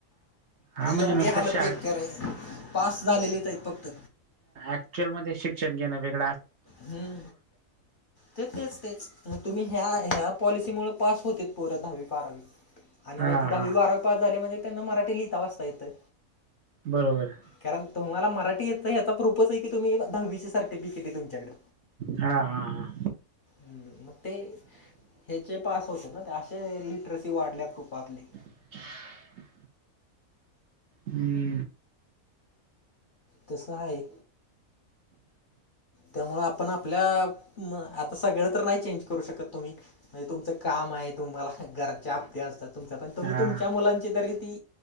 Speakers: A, on the right; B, on the left.
A: हा म्हणजे
B: एवढी
A: नुसतं
B: हालत
A: शाळे
B: बेकर आहे पास झालेलीच आहेत फक्त
A: क्चल मध्ये शिकषण घेणं वेग
B: हम. तेच तेच तेच तुम्ही ह्या ह्या पॉलिसी मु पास होतील परा दहावी बारावी आणिग
A: हा
B: ते
A: हा
B: दहावी बारावी पाच झाले म्हणजे त्यांना मराठी लिहिता वाजता येतं.
A: बरोबर.
B: कारण तुम्हाला मराठी येतच आता प्रूपच आहे की तुम्ही दहावीची सर्टिफिकेट आहे तुमच्याकडे
A: हा हा हा.
B: ् मग ते ह पास होते ना ते असे लिटरेस. ती वाढल्या खूपातली
A: <unintelligible> हम्म.
B: तसं आहे. त्यामुळ आपण आपल्या मं आता सगळं तर नाही चेंज करू शकत तुम्ही? म्हणजे तुमचं काम आहे तुम्हाला घराचे हप्ते असतात. तुमचा पण तुम्ही
A: हा
B: तुमच्या मुलांची तरी ती